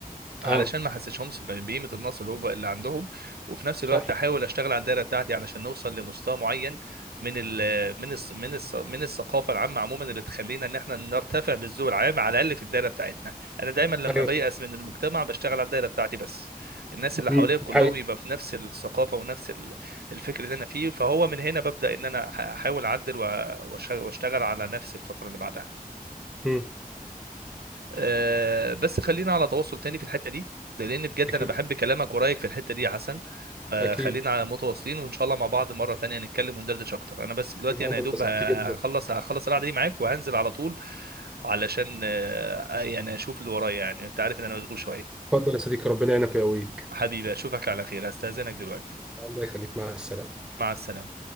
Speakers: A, on the right (about 90°); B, in the centre.
A: علشان
B: اه
A: ما احسسهمش ب- بقيمه النقص اللي هو اللي عندهم وفي نفس
B: صح
A: الوقت احاول اشتغل على الدايره بتاعتي علشان نوصل لمستوى معين من ال من ال من ال من الثقافه العامه عموما اللي تخلينا ان احنا نرتفع بالذوق العام على الاقل في الدايره بتاعتنا انا دايما لما
B: ايوه
A: بيأس
B: صح
A: من المجتمع بشتغل على الدايره بتاعتي بس الناس اللي
B: م.
A: حواليا كلهم
B: دي حقيقة.
A: يبقى في نفس الثقافه ونفس ال- الفكر اللي انا فيه فهو من هنا ببدأ ان انا أح- احاول اعدل وأ- وأش- واشتغل على نفسي الفتره اللي بعدها
B: م.
A: آه، بس خلينا على تواصل تاني في الحتة دي ده لأن بجد
B: اكيد
A: أنا بحب كلامك ورأيك في الحتة دي يا حسن فخلينا
B: اكيد
A: على متواصلين وإن شاء الله مع بعض مرة تانية نتكلم وندردش أكتر أنا بس دلوقتي
B: وانا
A: أنا يا
B: انبسطت
A: دوب هخلص
B: جدا
A: هخلص القعدة دي معاك وهنزل على طول علشان آه، آه، يعني أشوف اللي ورايا يعني أنت عارف إن أنا مشغول شوية
B: اتفضل يا صديقي ربنا يعينك ويقويك
A: حبيبي أشوفك على خير هستأذنك دلوقتي
B: الله يخليك مع السلامة
A: مع السلامة